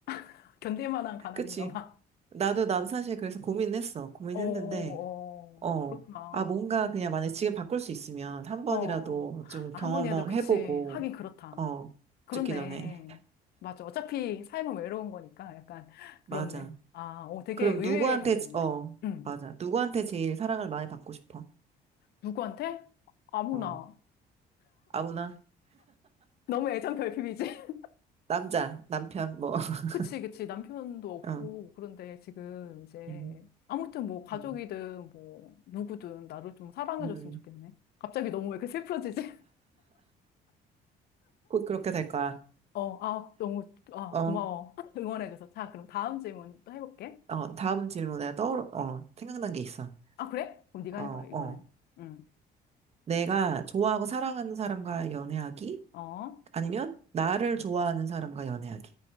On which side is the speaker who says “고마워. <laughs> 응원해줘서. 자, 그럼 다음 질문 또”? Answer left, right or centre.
Left